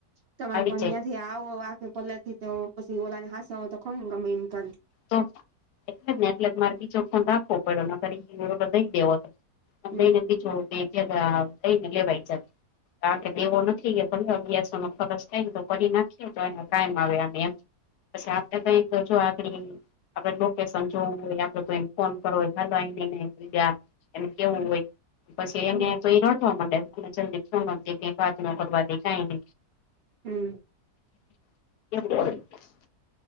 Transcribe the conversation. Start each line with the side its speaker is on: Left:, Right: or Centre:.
Right: તમે
Left: આવી
Right: પણ ત્યાંથી
Left: જાય
Right: આવો આખે પલા થી તો પછી ઓલા ને હસ તો ખ ને ગમે એમ ક
Left: તો એટલે જ ને એટલે મારે બીજોખો રાખવો પડ્યોને ફરી દઈ દેવો હતો મંદઈ
Right: હમ
Left: નદી છોતીઈને લવાય છે કારા કે દેવો નથી કે ભલે અભ્યાસો ન ફરક કક તો કરી નાખીએ તો એને કાઈમ આવે એમ પછી આપડ કક જો આગડી આપડે લોકેશન જોવું હોય આપડે તો એ ફોન કરો હોય હાલઈજ એમ કેવું
Right: હમ
Left: હોય પછી એને
Right: હમ
Left: તો એ રોતવા માંડે અને જદીપ સમજે ક વા્ના કરવા દેખાય ન
Right: હમ
Left: એમ <unintelligible>